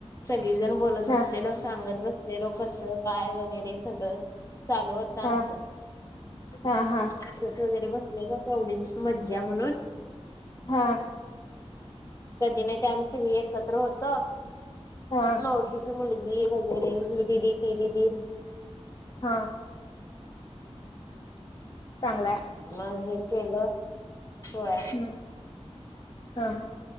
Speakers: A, on the left (about 30°); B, on the left (about 45°).
A: सगळीजण बोलत
B: हा
A: बसलेलो सांगत बसलेलो कसं काय वगैरे सगळं चालू होत
B: हा
A: आमचं
B: हा हा
A: वगैरे बसलेल तेवढीच मज्जा म्हणून
B: हा
A: कधी नाही ते आम्ही सगळी एकत्र होतो
B: हा
A: कळशीची मुलगी वगैरे ही दिदी ती दिदी.
B: हा चांगलंय
A: मग हे केलं हो य
B: हम्म. हा हा